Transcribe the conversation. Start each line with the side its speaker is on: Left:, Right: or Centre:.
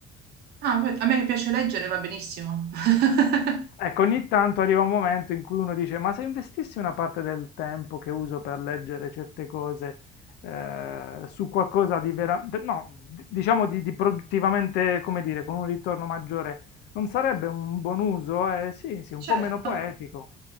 Right: Ah, per- a me che piace leggere va benissimo. <laughs>
Left: Ecco, ogni tanto arriva un momento in cui uno dice, ma se investissi una parte del tempo che uso per leggere certe cose eh, su qualcosa di veramente, no, d- diciamo di, di produttivamente, come dire, con un ritorno maggiore, non sarebbe un buon uso? Eh, sì, sì, un
Right: Certo,
Left: po' meno poetico.